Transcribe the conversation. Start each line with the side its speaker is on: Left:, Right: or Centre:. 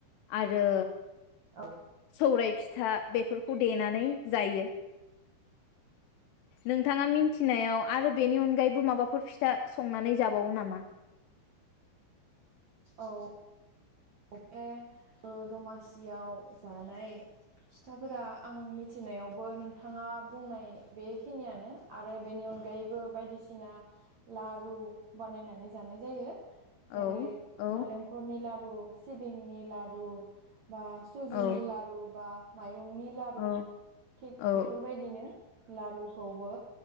Left: आरो
Right: औ।
Left: सौराइ फिथा बेफोरखौ देनानै जायो। नोंथाङा मि थिनायाव आरो बेनि अनगायैबो माबाफोर फिथा संनानै जाबावो नामा?
Right: औ। बे दमासियाव जानाय फिथाफोरा आं मिथिनायावबो नोंथाङा बुंनाय बेखिनियानो आरो बेनि अनगायैबो बायदिसिना लारु बानायनानै जानाय जायो। जेरै
Left: औ औ
Right: नालेंखरनि लारु सिबिंनि लारु बा सुजिनि
Left: औ
Right: लारु बा माइ रंनि लारु
Left: औ
Right: थिक
Left: औ
Right: बेफोरबायदिनो लारुखौबो